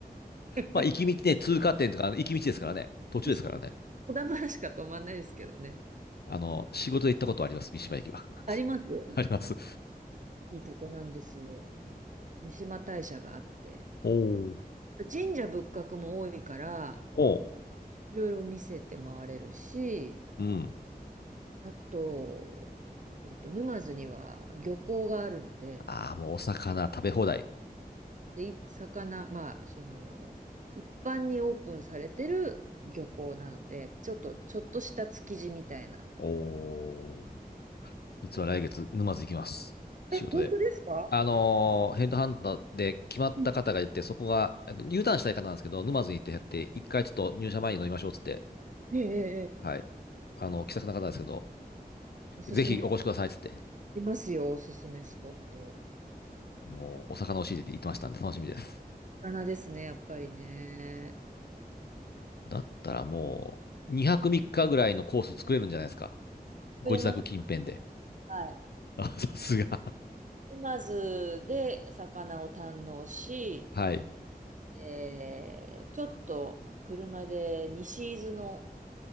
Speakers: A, on the right (about 50°); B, on the left (about 80°).
A: てくれる。
B: まあ、行き道ね、通過点とか、行き道ですからね。
A: <laughs>
B: 途中ですからね。
A: 小玉しか泊まんないですけどね。
B: あの、仕事で行ったことあります。三島駅は。
A: あります
B: <laughs> あります。
A: いいとこなんですよ。三嶋大社があって。
B: おー
A: 神社仏閣も多いから、
B: おう。
A: いろいろ見せて回れるし、
B: うん。
A: あと、えっと、沼津には漁港があるので、
B: ああ、もうお魚食べ放題。
A: で、い魚、まあ、その、一般にオープンされてる漁港なので、ちょっと、ちょっとした築地みたいな。
B: おお。実は来月、沼津行きます。仕事で。
A: え、本当ですか
B: あのーヘッドハンターで決まった方がいて、
A: うん
B: そこが、えっと、U ターンしたい方なんですけど、沼津に行ってやって、一回ちょっと入社前に飲みましょうっつって、
A: ええ、ええ、ええ
B: はい。あの、気さくな方なんですけど、
A: おすすめ。
B: ぜひお越しくださいっつって、
A: いますよ、おすすめスポット。
B: もう、お魚をしいて言ってましたんで、楽しみです。
A: 魚ですね、やっぱりね。
B: だったらもう、2泊3日ぐらいのコース作れるんじゃないですか。
A: 釣れます。
B: ご自宅近辺で。
A: はい。
B: あ、さすが。
A: 沼津で魚を堪能し、
B: はい。
A: えー、ちょっと車で西伊豆の、